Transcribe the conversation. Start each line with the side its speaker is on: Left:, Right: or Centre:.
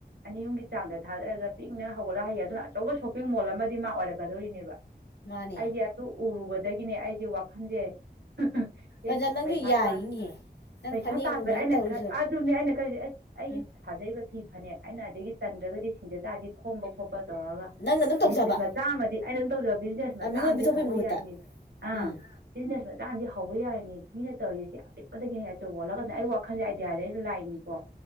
Right: ꯑꯅꯤ ꯑꯍꯨꯝꯒꯤ ꯆꯥꯡꯗ ꯊꯥꯗꯔꯒ ꯄꯤꯛꯅ ꯍꯧꯒꯠꯂ ꯍꯩꯌꯦ ꯑꯗꯨꯅ ꯑꯆꯧꯕ ꯁꯣꯞꯄꯤꯡ ꯃꯣꯜ ꯑꯃꯗꯤ ꯃꯥ ꯑꯣꯏꯔꯛꯀꯗꯧꯔꯤꯅꯦꯕ ꯑꯩꯁꯦ
Left: ꯃꯥꯅꯦ
Right: ꯑꯗꯨ ꯎꯔꯨꯕꯗꯒꯤꯅꯦ ꯑꯩꯁꯦ ꯋꯥꯈꯜꯁꯦ ꯑꯦꯁ
Left: ꯄꯟꯖ ꯅꯪꯁꯨ
Right: ꯄꯩꯁꯥ
Left: ꯌꯥꯔꯤꯅꯦꯍꯦ
Right: ꯇꯥꯅꯤ
Left: ꯅꯪ
Right: ꯄꯩꯁꯥ
Left: ꯐꯅꯦꯛ
Right: ꯇꯥꯟꯕ
Left: ꯅꯨꯡꯅꯦꯛ
Right: ꯑꯩꯅ
Left: ꯇꯧꯔꯤꯁꯨ
Right: ꯈ ꯑꯗꯨꯅꯦ ꯑꯩꯅ ꯈꯜꯁ ꯑꯦꯁ ꯑꯩꯒꯤ
Left: ꯎꯝ
Right: ꯊꯥꯖꯕ ꯐꯤ ꯐꯅꯦꯛ ꯑꯩꯅ ꯑꯗꯒꯤ ꯇꯟꯗ꯭ꯔꯒꯗꯤ ꯁꯤꯡꯗ ꯇꯥꯔꯗꯤ ꯈꯣꯝꯕ ꯈꯣꯠꯄ ꯇꯧꯔꯒ
Left: ꯅꯪꯅ ꯑꯗꯨꯝ ꯇꯧꯖꯕ
Right: ꯕꯤꯖꯤꯅꯦ ꯃꯆꯥ ꯑꯃꯗꯤ ꯑꯩ ꯑꯗꯨꯝ ꯇꯧꯖ ꯕꯤꯖꯤꯅꯦꯖ ꯃꯆꯥ
Left: ꯃꯤꯉꯣꯟ
Right: ꯑꯝꯗꯤ
Left: ꯄꯤꯊꯣꯛꯄꯩ
Right: ꯍꯧꯕ
Left: ꯃꯍꯨꯠꯇ
Right: ꯌꯥꯏꯅꯤ ꯑꯥ
Left: ꯎꯝ
Right: ꯕꯤꯖꯤꯅꯦꯖ ꯃꯆꯥ ꯑꯝꯗꯤ ꯍ ꯍꯧꯕ ꯌꯥꯔꯤꯅꯤ ꯃꯤꯅ ꯇꯧꯔꯤꯁꯦ ꯑꯄꯤꯛꯄꯗꯒꯤꯅꯦ ꯑꯆꯧꯕ ꯑꯣꯜꯂꯒꯅꯦ ꯑꯩ ꯋꯥꯈꯟꯖꯦ ꯑꯥꯏꯗꯤꯌꯥꯖꯦ ꯑꯩꯅ ꯂꯥꯛꯏꯅꯤꯀꯣ